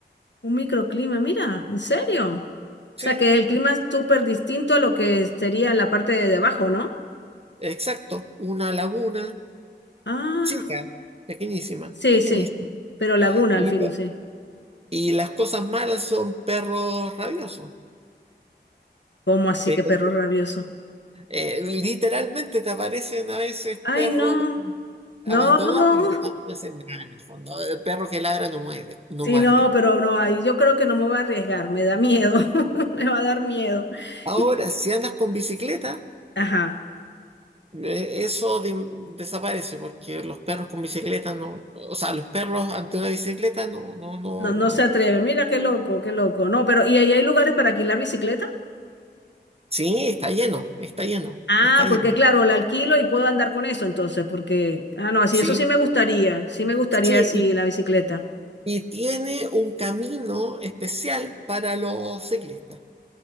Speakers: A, on the left; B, on the right.
A: Un microclima, mira, ¿en serio? O
B: Sí,
A: sea, que el clima es súper distinto a lo que sería en la parte de debajo, ¿no?
B: exacto. Una laguna
A: Ah,
B: chica, pequeñísima,
A: sí,
B: pequeñísima.
A: sí, pero laguna
B: Y,
A: al fin, sí.
B: y las cosas malas son perros rabiosos.
A: ¿Cómo así
B: Pero
A: que perro rabioso?
B: eh, literalmente te aparecen a veces
A: Ay,
B: perros
A: no, no,
B: abandonados,
A: no.
B: pero que no, no hacen nada en el fondo. El perro que ladra no muerde, no
A: Sí,
B: muerde.
A: no, pero no, ahí yo creo que no me voy a arriesgar, me da miedo, <laughs> me va a dar miedo.
B: Ahora,
A: Y-
B: si andas con bicicleta,
A: Ajá.
B: eh, eso de- desaparece, porque los perros con bicicleta no, o sea, los perros ante una bicicleta no, no, no,
A: No, no
B: no.
A: se atreven. Mira qué loco, qué loco. No, pero ¿y ahí hay lugares para alquilar bicicleta?
B: Sí, está lleno, está lleno,
A: Ah,
B: está lleno.
A: porque claro, la alquilo y puedo andar con eso entonces, porque, ah, no, así,
B: Sí,
A: eso sí me gustaría, sí me gustaría
B: sí,
A: así
B: y,
A: la bicicleta.
B: y tiene un camino especial para los ciclistas.